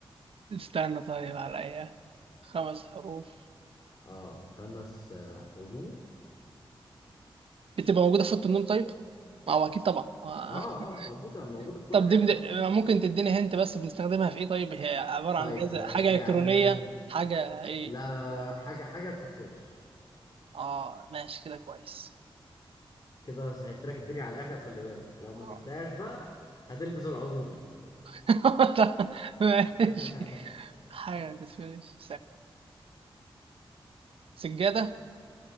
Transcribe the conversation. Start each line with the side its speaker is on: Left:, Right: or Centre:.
Right: استنى طيب على ايه خمس حروف
Left: <laughs> اه خمس آه، حروف
Right: بتبقى موجودة في اوضة النوم طيب ما هو اكيد طبعا آه.
Left: اه اه موجودة موجودة
Right: <laughs>
Left: في كل
Right: طب
Left: حتة
Right: دي بد-
Left: اه
Right: ممكن تديني هنت بس بنستخدمها في ايه طيب هي عبارة
Left: طيب
Right: عن جهاز
Left: آه،
Right: حاجة
Left: يعني
Right: الكترونية حاجة ايه
Left: لا لا لا، حاجة حاجة بتتفرش
Right: اه ماشي كده كويس
Left: كده سهلت لك الدنيا على الآخر خلي بالك لو ما
Right: آه.
Left: جبتهاش بقى هتلبس العزوم
Right: <laughs> ماشي
Left: <laughs>
Right: حاجة بتفيش سجادة